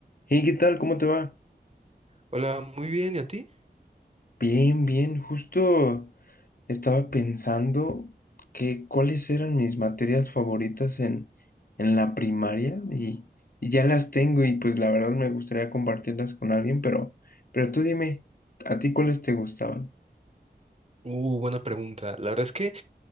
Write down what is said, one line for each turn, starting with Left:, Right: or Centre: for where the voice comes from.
Left: Hey, ¿qué tal? ¿Cómo te va?
Right: Hola, muy bien, ¿y a ti?
Left: Bien, bien. Justo estaba pensando que cuáles eran mis materias favoritas en, en la primaria y, y ya las tengo y pues la verdad me gustaría compartirlas con alguien, pero, pero tú dime, ¿a ti cuáles te gustaban?
Right: Uh, buena pregunta. La verdad es que